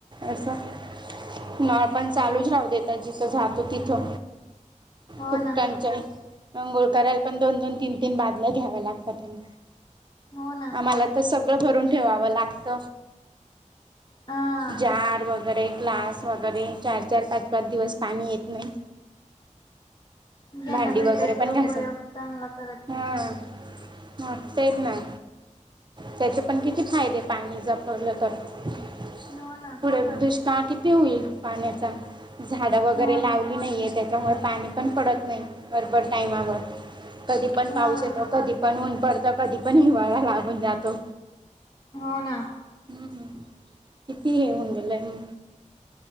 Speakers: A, on the right (about 35°); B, on the left (about 35°).
A: असं ना पण चालूच राहतो देता जिथं जातो तिथं
B: हो
A: खूपटांचा
B: ना
A: मंगळ करायला पण दोन दोन तीन तीन बादल्या घ्याव्या लागतात आणी
B: हो ना
A: आम्हाला त स सगळं भरून ठेवावं लागत
B: हा
A: जार वग वगैरे ग्लास वगैरे चार चार पाच पाच दिवस पाणी येत नाही
B: ज्यांना
A: भांडी
B: भेटत
A: वगैरे
B: ते
A: पण
B: उपयोग
A: घायच
B: चांगला करत नाही
A: हा म तेच ना त्याचे पण किती ती फायदे पाणी जपडलं तर <inaudible>
B: हो ना
A: पुढ दुष्काळ किती होईल पाण्याचा झाडं वगैरे
B: हो
A: लावली
B: ना
A: नाही आहे त्याच्यामुळे पाणी पण पडत नाही बरबर टायमावर कधी पण पाऊस
B: हा
A: येतो कधी पण ऊन पडत कधी पण हिवाळा लागून जातो
B: हो ना
A: ह किती हेऊन लय मी